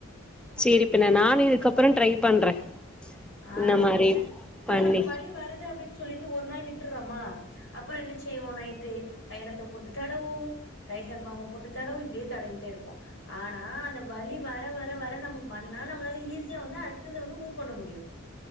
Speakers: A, in the centre; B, on the left (about 70°).
A: செரி இப்ப நானு இதுக்கப்பறோ ட்ரை பண்றே
B: ஆ
A: இந்த மாரி
B: நல்ல அது
A: பண்ணி
B: நம்ம வலி வருது அப்டின்னு சொல்லிட்டு ஒரு நாள் விட்றோமா அப்பறோ என்ன செய்வோ நைட்டு தையலத்த போட்டு தடவோ டைகர் பாம்ப போட்டு தடவு இப்டியே தடவிட்டே இருப்போ ஆனா அந்த வலி வர வர வர நம்ம பண்ணா நம்மளால ஈஸியா வந்து அடுத்தது வந்து மூவ் பண்ண முடியு